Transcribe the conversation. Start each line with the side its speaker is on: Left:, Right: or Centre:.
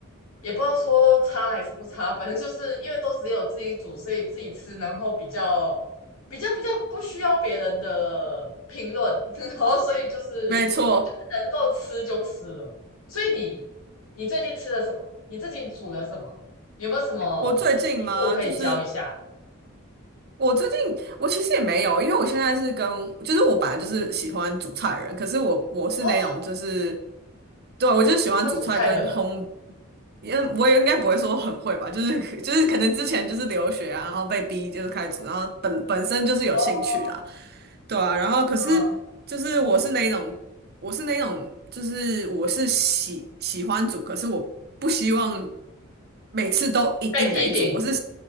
Left: 也不知道说差还是不差，反正就是因为都只有自己煮，所以自己吃，然后比较比较比较不需要别人的评论，<laughs> 然后所以就是
Right: 没错，
Left: 能够吃就吃了。所以你你最近吃了什么？你最近煮了什么？有没有什么撇步可以教一下？
Right: 我最近吗？就是我最近，我其实也没有，因为我现在是跟，就是我本来就是喜欢煮菜的人，可是我我是那种就是，
Left: 哦，
Right: 对，我就是喜欢煮菜跟烘，
Left: 你是喜欢煮菜的人
Right: 因我也应该不会说很会吧，就是就是可能之前就是留学啊，然后被逼就是开始煮，然后本本身就是有兴趣啦，
Left: 哦，
Right: 对啊，然后可是就是我是那一种我是那一种就是我是喜喜欢煮，
Left: 嗯，
Right: 可是我不希望每次都一定得煮，
Left: 被批评
Right: 我是。